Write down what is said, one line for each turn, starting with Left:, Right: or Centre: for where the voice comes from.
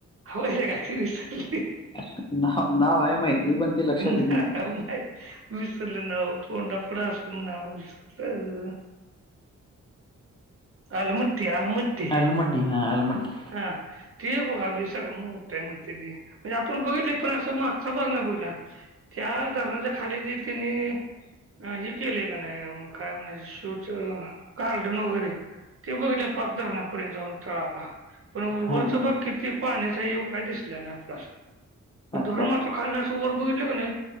Right: अव लेका ती विसरल कि.
Left: असुदे, ना नाव आहेय माहिती पण ते लक्षात
Right: नाही
Left: येईना झालं.
Right: माहिती, विसरलं नाव तोंडा पुढं असून नाव विसरलं अलमट्टी अलमट्टी
Left: अलमटी हा अलमटी.
Right: हां ते बघाकी सगळे मोठाय म्हणत्याती आपण बघितलय पण असं मागचा भाग नाही बघितला. त्या धरणाच्या खाली जे हाय कनी हे केलेय का नाही मग काय म्हणायचं सुचना गार्डन वगैरे ते बघतलय पाक धरणापर्यंत जाऊन तळाला पण
Left: हा
Right: वरचा
Left: हा
Right: भाग किती पाहण्याचा योग काय दिसला नाही आपल्या पण
Left: अच्छा
Right: धरण मात्र खालन असं वर बघितलं कनी,